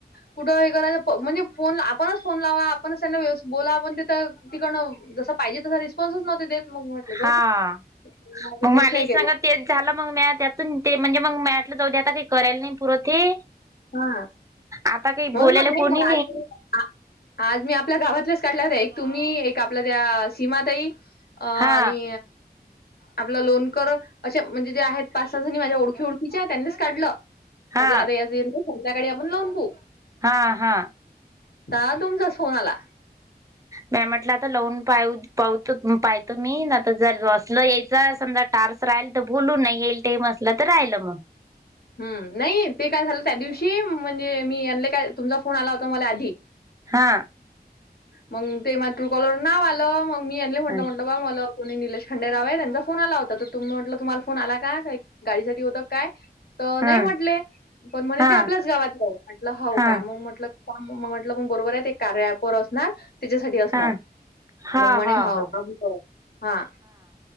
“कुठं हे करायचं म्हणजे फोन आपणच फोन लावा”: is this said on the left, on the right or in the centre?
Left